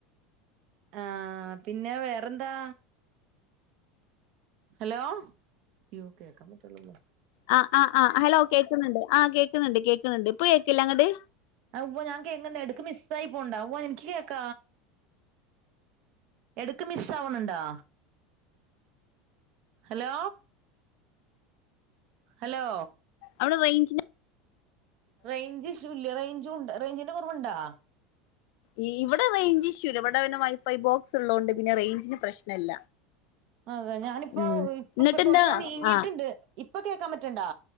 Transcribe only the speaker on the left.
ആഹ് ആഹ് ആഹ് ഹലോ കേക്ക്ന്ന്ണ്ട് ആഹ് കേക്ക്ന്ന്ണ്ട് കേക്കുണ് ണ്ട് ഇപ്പൊ കേക്കില്ലെ അങ്ങ്ട്ട്?
അവടെ റെയ്ഞ്ച്‌ന്റ
ഈ ഇവിടെ റേഞ്ച് ഇഷ്യൂ ഇല്ല ഇവടെ വൈഫൈ ബോക്സ് ഉള്ളോണ്ടെ പിന്നെ റെയ്ഞ്ച് പ്രശ്നല്ല.
ഉം
എന്നിട്ടെന്താ
ആഹ്